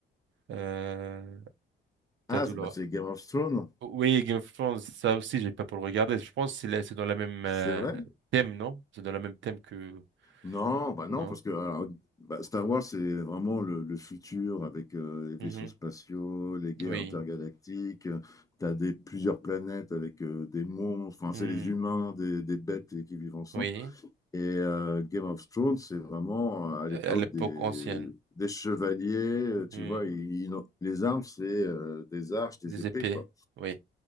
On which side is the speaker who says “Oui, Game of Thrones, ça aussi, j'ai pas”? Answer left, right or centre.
Right